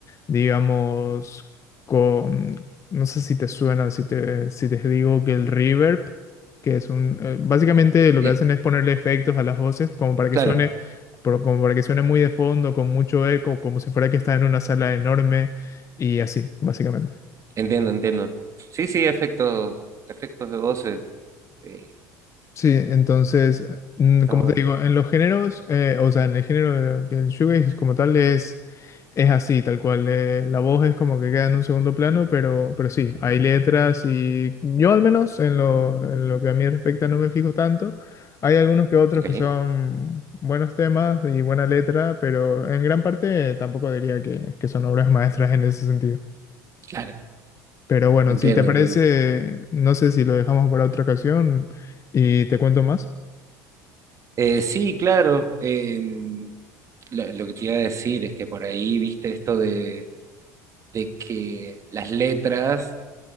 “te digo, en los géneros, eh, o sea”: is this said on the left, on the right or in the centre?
Left